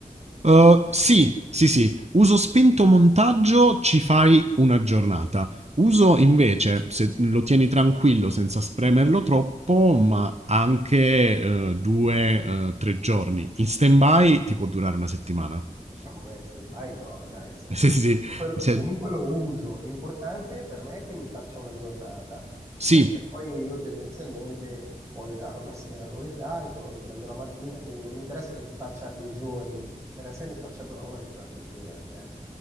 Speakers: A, on the right; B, on the right.
A: Uh, sì, sì, sì, uso spinto montaggio ci fai una giornata. Uso invece, se lo tieni tranquillo senza spremerlo troppo, ma anche eh, due, eh, tre giorni. In stand-by ti può durare una settimana. <laughs>
B: No, beh, stand by no, dai, se-
A: Sì,
B: cioè,
A: sì, sì.
B: quello-
A: Se-
B: comunque lo uso. L'importante per me è che mi faccia una giornata,
A: sì,
B: perché poi io tendenzialmente poi la, la sera lo ricarico, lo riprendo la mattina, quindi non mi interessa che mi faccia due giorni, mi interessa che mi faccia però una giornata intera. eh.